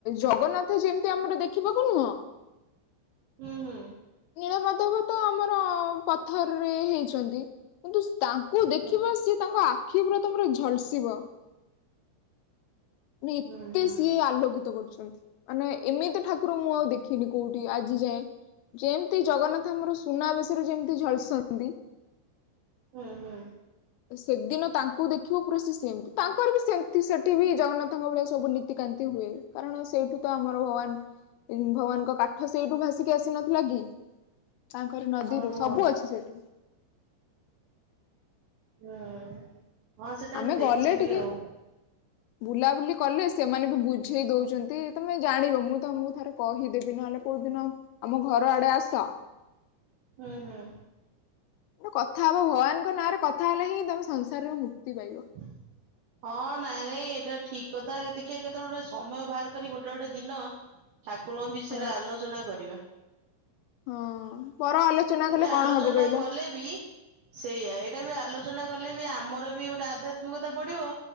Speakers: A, on the left; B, on the right.
A: ଜଗନ୍ନାଥ ଯେମତି ଆମର ଦେଖିବାକୁ ନୁହଁ?
B: ହୁଁ ହୁଁ।
A: ନୀଳମାଧବ ତ ଆମର ପଥରରେ ହେଇଛନ୍ତି। କିନ୍ତୁ ତାଙ୍କୁ ଦେଖିବ
B: ହୁଁ
A: ସିଏ ତାଙ୍କ ଆଖି ପୁରା ତମର ଝଲସିବ। ମ ଏତେ
B: ହୁଁ ହୁଁ
A: ସିଏ ଆଲୋକିତ କରୁଛନ୍ତି। ମାନେ ଏମିତି ଠାକୁର ମୁଁ ଆଉ ଦେଖି ନି କୋଉଠି ଆଜି ଯାଏଁ ଯେମିତି ଜଗନ୍ନାଥ ଆମର ସୁନାବେଶରେ ଯେମିତି ଝଲସନ୍ତି।
B: ହୁଁ ହୁଁ।
A: ସେଦିନ ତାଙ୍କୁ ଦେଖିବ ପୁରରେ ସେ ସେମିତି। ତାଙ୍କର ବି ସେମତି ସେଠି ବି ଜଗନ୍ନାଥଙ୍କ ଭଳିଆ ସବୁ ନୀତିକାନ୍ତି ହୁଏ। କାରଣ ସେଇଠୁ ତ ଆମର ଭଗବାନ ଭଗବାନଙ୍କ କାଠ ସେଇଠୁ ଭାସିକି ଆସି ନଥିଲା କି? ତାଙ୍କର ନଦୀରୁ
B: ଓହୋ
A: ସବୁ ଅଛି ସେଠି।
B: ହୁଁ ହଁ ସେଟା
A: ଆମେ
B: ମୁଁ ଦେଖିବି
A: ଗଲେ ଟିକେ
B: ଆଉ।
A: ବୁଲାବୁଲି କଲେ ସେମାନେ ବି ବୁଝେଇ ଦଉଛନ୍ତି। ତମେ ଜାଣିବ ମୁଁ ତମକୁ ଥରେ କହିଦେବି ନହେଲେ କୋଉଦିନ ଆମ ଘର ଆଡେ ଆସ।
B: ହୁଁ ହୁଁ।
A: କଥା ହବ ଭଗବାନଙ୍କ ନାଁରେ କଥା ହେଲେ ହିଁ ତମେ ସଂସାରରୁ ମୁକ୍ତି ପାଇବ।
B: ହଁ ହଁ ନାଇଁ ନାଇଁ ଏଇଟା ଠିକ କଥା ଦେଖିବା କେତେବେଳେ ଗୋଟେ ସମୟ ବାହାର କରି ଗୋଟେ ଗୋଟେ ଦିନ ଠାକୁରଙ୍କ ବିଷୟରେ
A: ହଁ।
B: ଆଲୋଚନା କରିବା।
A: ହଁ ପର ଆଲୋଚନା
B: ତେବେ
A: କଲେ କଣ
B: ଆଲୋଚନା
A: ହବ କହିଲ
B: କଲେ ବି ସେଇଆ ଏଇଟା ବି ଆଲୋଚନା କଲେ ବି ଆମର ବି ଗୋଟେ ଆଧ୍ୟାତ୍ମିକତା ପଢଡିବ